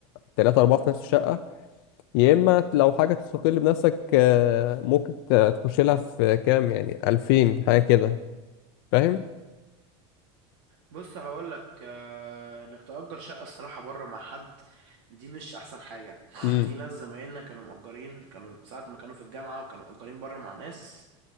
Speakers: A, on the left (about 55°); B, on the right (about 65°).
A: ثلاثة أربعة في نفس الشقة يا إما لو حاجة تستقل بنفسك آه، ممكن ت- تخش لها في كام يعني 2000 حاجة كده فاهم؟
B: بص هقول لك آه انك تأجر شقة الصراحة بره مع حد دي مش احسن حاجة
A: مم.
B: في ناس زمايلنا كانوا مأجرين كانوا ساعة ما كانوا في الجامعة وكانوا مأجرين بره مع ناس